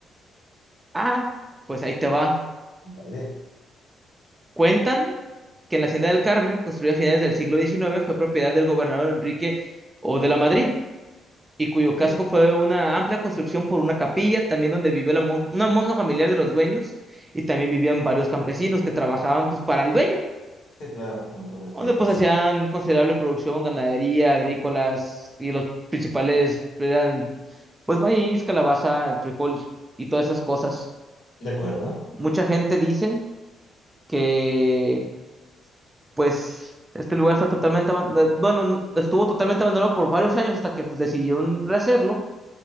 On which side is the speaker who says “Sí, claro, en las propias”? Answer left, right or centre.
Left